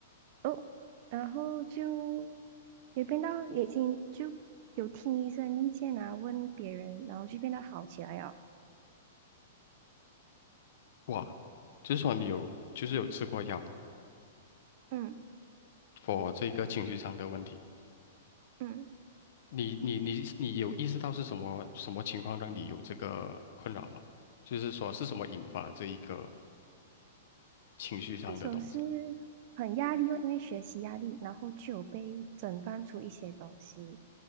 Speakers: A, on the right; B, on the left.
A: 哦，然后就也变到已经就有听医生意见啊，问别人，然后就变得好起来了。
B: 哇，就是说你有，就是有吃过药
A: 嗯
B: ，for 这个情绪上的问题。
A: 嗯。
B: 你你你你有意识到是什么什么情况让你有这个困扰吗？就是说是什么引发这一个情绪上的东西？
A: 那时候是很压力哦，因为学习压力，然后就有被诊断出一些东西，